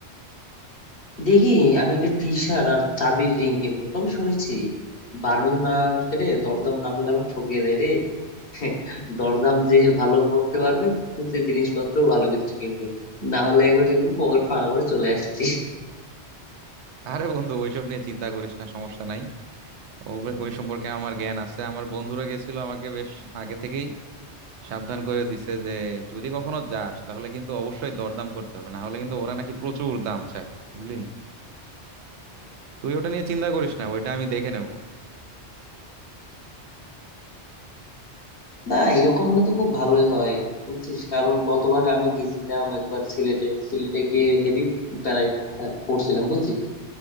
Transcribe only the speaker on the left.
দেখি আমি একটা টি শার্ট আর চাবির রিং কিনবো তবে শুনেছি বার্মিজ মার্কেটে দরদাম না করলে আবার ঠকিয়ে দেয় রে <laughs> দরদাম যে ভালো করতে পারবে সে জিনিসপত্র ভালো কিছু কিনবে না হলে একবার দেখবো পকেট ফাঁকা করে চলে আসছি
না এরকম হলে তো খুব ভালোই হয় বুঝছিস কারণ গতবার আমি গেছিলাম একবার সিলেটে সিলেটে গিয়ে হেভি প্যারায় আহ, পড়ছিলাম বুঝছিস